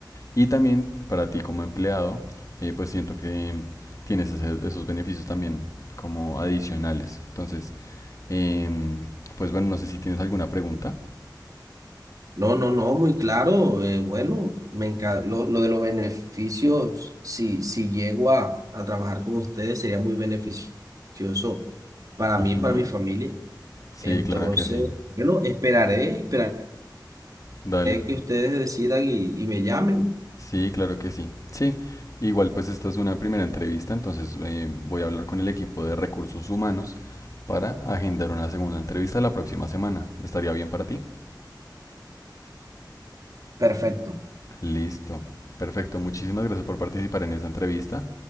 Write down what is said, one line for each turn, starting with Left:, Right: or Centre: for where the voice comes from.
Left: Y también para ti como empleado, eh, pues siento que tienes ese- esos beneficios también como adicionales. Entonces, em, pues bueno, no sé si tienes alguna pregunta.
Right: No, no, no, muy claro. eh, bueno, me encanta. Lo, lo de los beneficios, si, si llego a, a trabajar con ustedes, sería muy beneficioso para mí,
Left: Ujú.
Right: para mi familia.
Left: Sí,
Right: Entonces,
Left: claro que sí.
Right: bueno, esperaré, esperaré
Left: Dale.
Right: que ustedes decidan y, y me llamen.
Left: Sí, claro que sí. Sí, igual pues esta es una primera entrevista, entonces eh, voy a hablar con el equipo de recursos humanos para agendar una segunda entrevista la próxima semana. ¿Estaría bien para ti?
Right: Perfecto.
Left: Listo. Perfecto. Muchísimas gracias por participar en esa entrevista